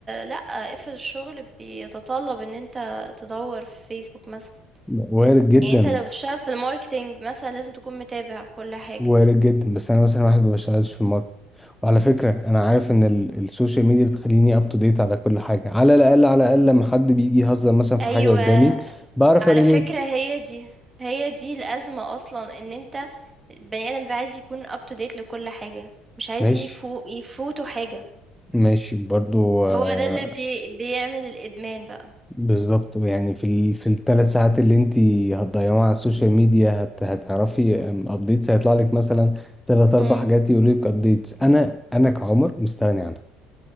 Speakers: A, on the right; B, in the centre.
A: لأ، افرض الشغل بيتطلب إن أنت تدوّر في فيسبوك مثلًا،
B: وارد جدا
A: يعني أنت لو بتشتغل في الmarketing مثلًا لازم تكون متابع كل حاجة.
B: وارد جدا بس انا مثلا واحد ما بشتغلش في الماركت
A: إمم.
B: وعلى فكره انا عارف ان ال- السوشيال ميديا بتخليني اب تو ديت على كل حاجه على الاقل على الاقل لما حد بيجي يهزر مثلا في
A: أيوه،
B: حاجه قدامي بعرف
A: على
B: اريليت
A: فكرة هي دي، هي دي الأزمة أصلًا إن أنت البني آدم بيبقى عايز يكون up to date لكل حاجة، مش عايز
B: ماشي
A: يفو يفوته حاجة،
B: ماشي برضو آه،
A: هو ده اللي بي بيعمل الإدمان بقى.
B: بالظبط يعني في ال... في الثلاث ساعات اللي انت هتضيعوها على السوشيال ميديا هت... هتعرفي ابديتس هيطلع لك مثلا ثلاث اربع
A: إمم،
B: حاجات يقول لك ابديتس انا انا كعمر مستغني عنها